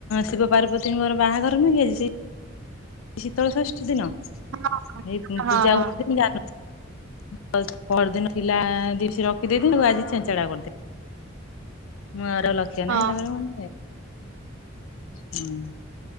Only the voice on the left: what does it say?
ଶିବ ପାର୍ବତୀଙ୍କର ବାହାଘର ନୁହେଁ କି ଆଜି ସେ ଶୀତଳଷଷ୍ଠୀ ଦିନ ଏଇ
ପୂଜା
ହୁଅନ୍ତି ଜାଣନଥିଲି। ପରଦିନ ଥିଲା ଦି ସ ରଖିଦେଇଥିଲି ଆଜି ଛେଞ୍ଚାଣା କରିଦେ ମୁଁ ଆର ଲକ୍ଷ
ନାହିଁ ତାପରେ ମୁଁ କହିଲି ହେଁ ହୁଁ।